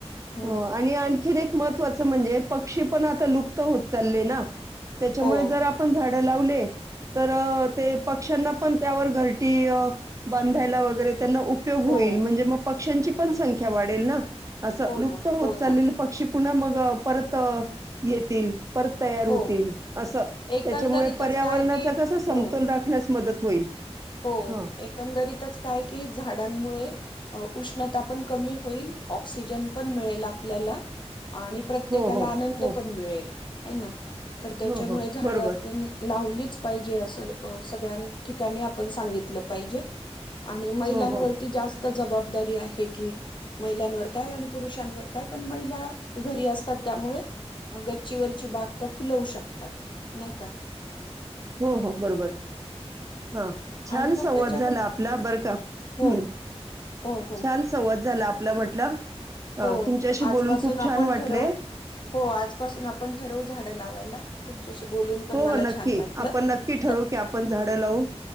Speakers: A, on the left; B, on the right.
A: हम्म
B: हो आणि आणखी एक महत्त्वाचं म्हणजे पक्षी पण आता लुप्त होत चालले ना. त्याच्यामुळे
A: हो
B: जर आपण झाड लावले तर ते पक्ष्यांना पण त्यावर घरटी अ बांधायला वगैरे त्यांना उपयोग
A: हो
B: होईल म्हणजे मग पक्ष्यांची पण संख्या वाढेल ना.
A: हो
B: लुप्त
A: ना
B: होत
A: हो
B: चालले
A: ना
B: पक्षी पुन्हा मग परत येतील. परत तयार होतील.
A: हो
B: अस त्याच्यामुळे
A: एकंदरीतच
B: पर्यावरणाचा
A: काय की
B: कसा
A: हो
B: समतोल राखण्यास मदत होईल.
A: हो
B: हां.
A: एकंदरीतच काय की झाडांमुळे उष्णता पण कमी होईल ऑक्सिजन पण मिळेल आपल्याला आणि प्रत्येकाला
B: हो, हो,
A: आनंद
B: हो,
A: पण मिळेल. आहे ना. तर त्याच्यामुळे
B: हो, हो.
A: झाड
B: बरोबर.
A: आपण लावलीत पाहिजे अस अ सगळ्या ठिकाणी आप पण सांगितलं पाहिजे. आणि महिलांवरती
B: हो, हो.
A: जास्त जबाबदारी आहे. कि महिलांवर काय आणि पुरुषांवर काय पण महिला घरी असतात त्यामुळे गच्चीवरची बाग त्या फुलवू शकतात. नाही का.
B: हो हो बरोबर हा छान
A: आणि मग
B: संवाद
A: त्याच्यामध्ये
B: झाला आपला बरं का हम्म
A: हो हो हो
B: छान संवाद झाला आपला म्हटलं. अ
A: हो
B: तुमच्याशी
A: आजपासून
B: बोलून खूप
A: आपण
B: छान वाटले.
A: ठरवू, हो आजपासून आपण ठरवू झाडं लावायला. <unintelligible> पण
B: हो
A: मला
B: हो नक्की
A: छान वाटलं
B: आपण नक्की ठरवू
A: ध
B: की आपण झाडं लावू,